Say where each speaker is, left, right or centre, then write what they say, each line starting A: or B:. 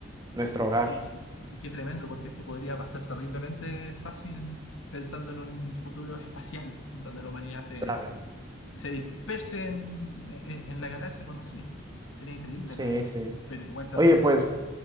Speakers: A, on the right (about 20°); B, on the left (about 75°).
A: nuestro hogar.
B: Qué, qué- qué- qué tremendo, porque esto podría pasar terriblemente fácil pensando en un futuro espacial, donde la humanidad se,
A: La verdad.
B: se disperse en, en- en la galaxia conocida. Sería increíble,
A: Sí,
B: la verdad,
A: sí.
B: pero igual terrorífico.
A: Oye, pues